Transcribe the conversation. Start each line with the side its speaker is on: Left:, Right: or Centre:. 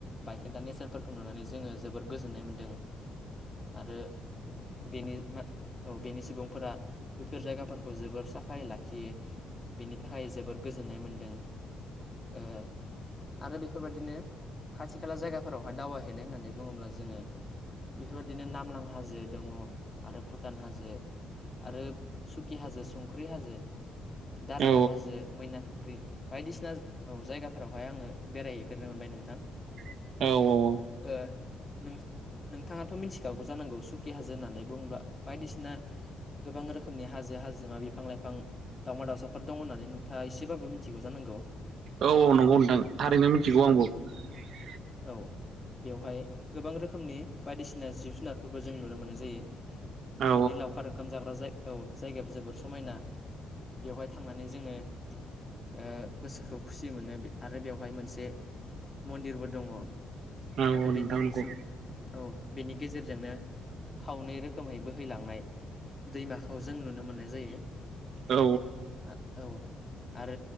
Left: बायखेदा नेरसोनफोरखौ नुनानै जोङो जोबोर गोजोननाय मोनदों । आरो बेनि मा औ बेनि सुबुंफोरा बेफोर जायगाफोरखौ जोबोर साफायै लाखियो बिनि थाखाय जोबोर गोजोननाय मोनदों ओ । आरो बेफोरबायाददिनो खाथि खाला जायगाफोरावहाय दावबायहैनाय होननानै बुङोब्ला जोङो बेफोरबायदिनो नामलां हाजो दङ' आरो भुटान हाजो आरो सुखि हाजो संख्रि हाजो दारागाव
Right: औ
Left: हाजो मैना फु ख्रि बायदिसिना औ जायगाफोरावहाय आङो बेरायहैफेरनो मोनबाय नोंथां ।
Right: औ औ औ
Left: ओ नों नोंथाङाथ' मिथिखागौ जानांगौ सुकि हाजो होननानै बुङोब्ला बायदिसिना गोबां रोखोमनि हाजो हा हाजिमा बिफां लाइफां दावउमा दावसाफोर दं होननानै नोंथाङा एसेबाबो मिथिगौ जानांगौ ।
Right: औ औ नंगौ नोंथां थारैनो मिथिगौ आंबो ।
Left: औ बेवहाय गोबां रोखोमनि बायदिसिना जिब जुनारफोरबो जों नुनो मोननाय जायो ।
Right: औ
Left: बिनि लावखार ओंखाम जाग्रा जाय औ जायगायाबो जोबोर समायना । बेवहाय थांनानै जोङो ओ गोसोखौ खुसि मोनो बे आरो बेवहाय मोनसे मन्दिरबो दङ'
Right: औ
Left: आरो
Right: नोंथां
Left: बेनि
Right: नंगौ
Left: सु औ बेनि गेजेरजोंनो खावनै रोखोमै बोहैलांनाय दैमाखौ जों नुनो मोननाय जायो
Right: औ
Left: आ औ । आरो